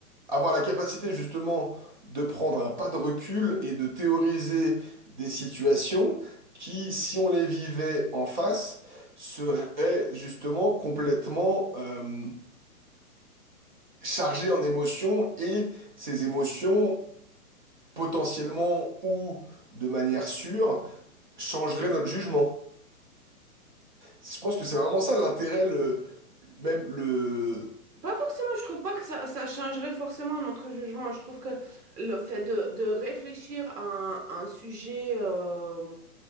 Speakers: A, on the right; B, on the right.
A: avoir la capacité justement de prendre un pas de recul et de théoriser des situations qui, si on les vivait en face, seraient justement complètement euh, chargées en émotions et ces émotions potentiellement ou de manière sûre changeraient notre jugement. Je pense que c'est vraiment ça l'intérêt, le, même le,
B: Pas forcément, je trouve pas que ça, ça changerait forcément notre jugement. Je trouve que le fait de, de réfléchir à un, un sujet euh,